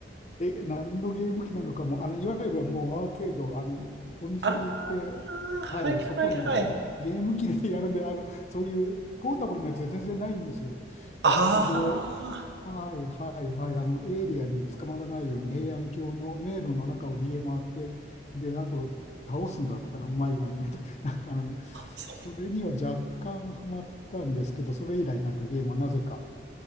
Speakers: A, on the left (about 40°); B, on the right (about 70°).
A: え、何のゲーム機なのかも、あの、いわゆるもうアーケード、あの、お店に行って、
B: ああ、はいはいはい。
A: はい、そこのゲーム機で <laughs> やるんで、あの、そういうポータブルなやつは全然ないんですよ。
B: ああ、
A: それで、はいはいはい、あの、エイリアンに捕まらないように平安京の迷路の中を逃げ回って、で、あと、倒すんだったかな、うまい具合にやって、<laughs> なんかあの、
B: そう、
A: それには若干ハマったんですけど、それ以来なんかゲームはなぜか